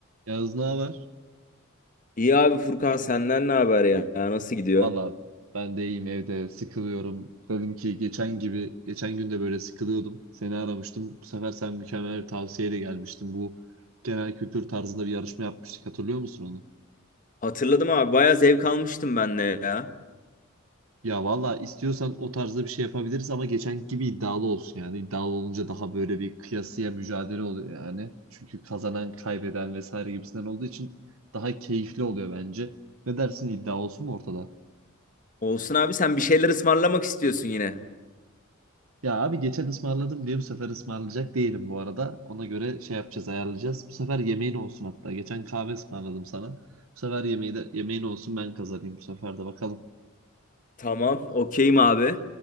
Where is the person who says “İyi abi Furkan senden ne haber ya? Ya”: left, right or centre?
Left